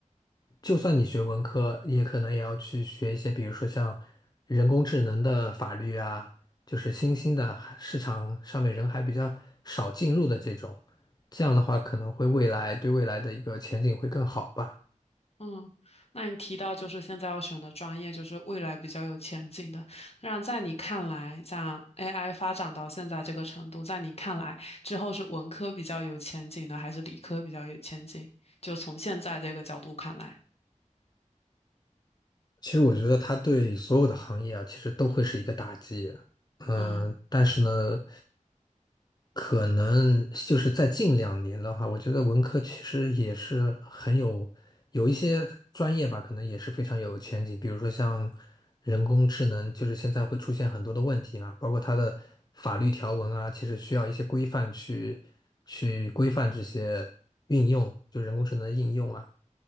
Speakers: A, on the left (about 30°); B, on the left (about 50°).
A: 就算你学文科，也可能也要去学一些，比如说像人工智能的法律啊，就是新兴的市场上面人还比较少进入的这种，这样的话可能会未来对未来的一个前景会更好吧。
B: 嗯，那你提到就是现在要选的专业，就是未来比较有前景的。那在你看来，像 AI 发展到现在这个程度，在你看来之后是文科比较有前景呢，还是理科比较有前景？就从现在这个角度看来，
A: 其实我觉得它对所有的行业啊，其实都会是一个打击。嗯，
B: 嗯
A: 但是呢，可能就是在近两年的话，我觉得文科其实也是很有有一些专业吧，可能也是非常有前景。比如说像人工智能，就是现在会出现很多的问题嘛，包括它的法律条文啊，其实需要一些规范去去规范这些运用，就人工智能的应用啊。